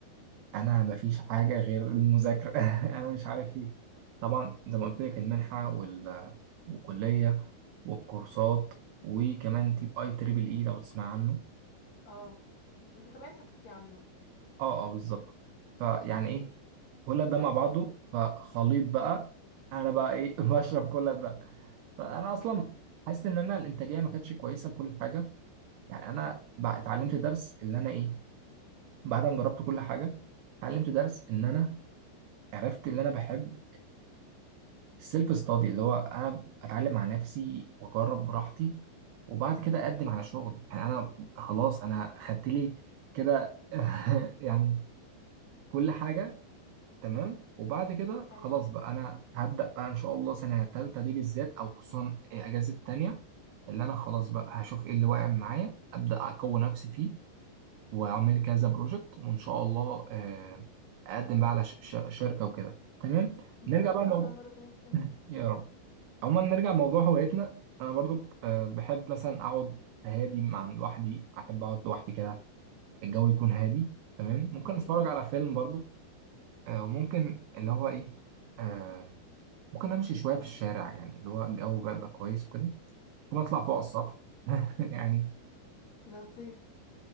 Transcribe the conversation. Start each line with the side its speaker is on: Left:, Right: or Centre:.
Right: انا مفيش حاجه غير المذاكره <laughs> انا مش عارف ايه طبعا زي ما قلت لك المنحه وال... والكليه والكورسات وكمان
Left: مم.
Right: تيب اي تريبل اي لو تسمع عنه
Left: اه أنت كمان حكيت لي عنه
Right: اه اه بالظبط فيعني ايه كل ده مع بعضه فخليط بقى انا بقى ايه <laughs> بشرب كل ده فانا اصلا حاسس ان انا الانتاجيه ما كانتش كويسه لكل حاجه يعني انا بقى اتعلمت درس اللي انا ايه بعد ما جربت كل حاجه اتعلمت درس ان انا عرفت اللي انا بحب السيلف ستادي اللي هو انا اتعلم مع نفسي واجرب براحتي وبعد كده اقدم على شغل يعني انا خلاص انا خدت لي كده <laughs> يعني كل حاجه تمام وبعد كده
Left: أيوه
Right: خلاص بقى انا هبدأ بقى ان شاء الله سنة تالتة دي بالذات او خصوصا اجازة تانية اللي انا خلاص بقى هشوف ايه اللي واقع معايا أبدأ اقوي نفسي فيه واعمل كذا بروجكت وان شاء الله آه، اقدم بقى على ش- ش- شركة وكده تمام نرجع
Left: يا رب
Right: بقى الموضوع
Left: إن شاء الله ربنا يكرمك
Right: <laughs> يا رب عموما نرجع لموضوع هوايتنا انا برضو آه، بحب مثلا اقعد هادي مع لوحدي احب اقعد لوحدي كده الجو يكون هادي تمام ممكن
Left: مم.
Right: اتفرج على فيلم برضو آه، وممكن اللي هو ايه آه ممكن امشي شويه في الشارع يعني اللي هو الجو بقى بيبقى كويس وكده ممكن اطلع
Left: مم.
Right: فوق على السطح <laughs> يعني
Left: لطيف